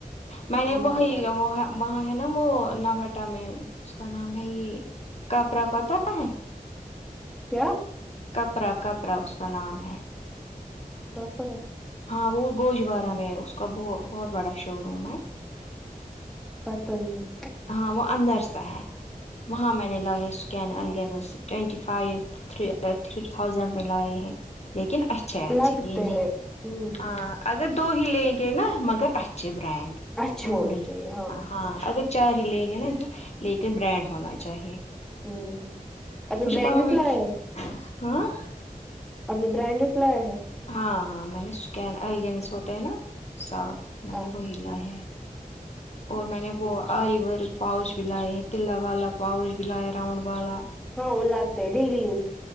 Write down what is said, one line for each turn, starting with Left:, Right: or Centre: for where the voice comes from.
Left: میں نے
Centre: وہاں
Left: وہ میں
Centre: پر
Left: ہے وہاں ہے نا وہ نوٹا میں اس کا نام ہے یہ کاپرا پتا ہے
Centre: کیا
Left: کپرا کپرا اس کا نام ہے
Centre: کپرا
Left: ہاں وہ گوجوارہ میں اس کا بہت بڑا شو روم ہے
Centre: پتئی نہیں
Left: ہاں وہ اندر سا ہے وہاں میں نے لائے ہے سکین الگینس ٹینٹی فائیو تھ تھ تھازینڈ میں لائے ہیں لیکن اچھا اچھا
Centre: لگتے
Left: یہ نہیں
Centre: ہے ہ
Left: ہاں اگر دو ہی لیں گے نا مگر اچھے برانڈ
Centre: اچھے
Left: ا
Centre: ہونے
Left: نہیں
Centre: چاہیے
Left: ہاں اگر چار ہی لیں گے نا لیکن برانڈ ہونا چاہیے
Centre: ہوں ابھی
Left: مجھے
Centre: برانڈیڈ
Left: پاپا بھی
Centre: لاے ہے
Left: ہاں
Centre: آپنے برانڈڈ لائے ہے
Left: ہاں ہاں میں نے سکں الگس ہوتے ہے نا ایسا میں
Centre: ہاں
Left: نے وہ لائے ہیں اور میں نے وہ آئیور پاؤچھ بھی لائے ہیں تلا والا پاؤچھ بھی لایا راؤنڈ والا
Centre: ہو لاتے ڈلی یز